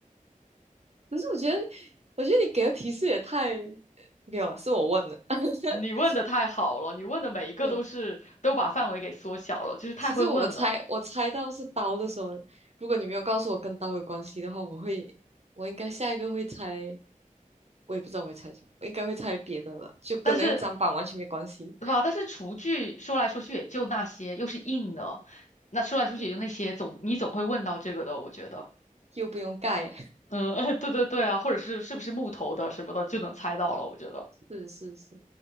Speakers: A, on the right; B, on the left.
A: 可是我觉得，我觉得你给的提示也太……没有啊，是我问的。<laughs>
B: 你问的太好了，你问的每一个都是都把范围给缩小了，
A: 没有，
B: 就是太会问了。
A: 其实我猜我猜到是刀的时候，如果你没有告诉我跟刀有关系的话，我会，我应该下一个会猜，我也不知道我会猜什么，我应该会猜别的了，就跟那个砧板完全没关系，
B: 但是。对吧？但是厨具说来说去也就那些，又是硬的，那说来说去也就那些，
A: 又
B: 总你总会问到这个的，我觉得。
A: 又不用盖。
B: 嗯，<laughs> 对对对啊，或者是是不是木头的什么的，就能猜到了，我觉得。
A: 是是是，